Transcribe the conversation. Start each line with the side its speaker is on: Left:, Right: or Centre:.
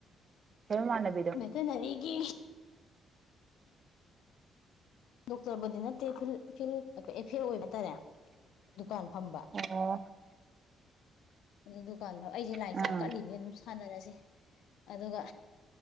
Right: <unintelligible>
Left: ꯕꯦꯇꯅꯔꯤꯒꯤ ꯗꯣꯛꯇꯔꯕꯨꯗꯤ ꯅꯠꯇꯦ ꯐꯤꯜ ꯐꯤꯜ <unintelligible> ꯑꯣꯏꯕ ꯇꯥꯔꯦ ꯗꯨꯀꯥꯟ ꯐꯝꯕ
Right: ꯑꯣ
Left: <unintelligible> ꯑꯩꯖꯦ ꯂꯥꯏ
Right: ꯑꯥ
Left: ꯆꯥꯛ ꯀꯠꯂꯤꯃꯤ ꯑꯗꯨꯝ ꯁꯥꯟꯅꯔꯁꯤ ꯑꯗꯨꯒ